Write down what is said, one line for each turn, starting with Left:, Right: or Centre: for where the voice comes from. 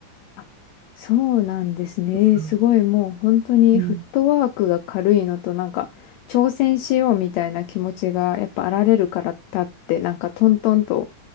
Left: あそうなんですね。
Right: うん
Left: えーすごいもう本当にフットワークが軽いのとなんか挑戦しようみたいな気持ちがやっぱあられるからだってなんかトントンと
Right: うん。